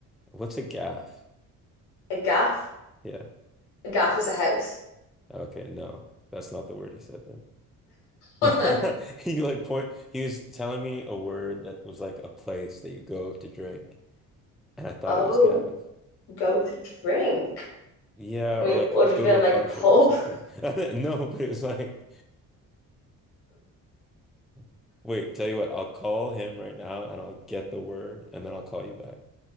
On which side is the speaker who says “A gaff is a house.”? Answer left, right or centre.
Left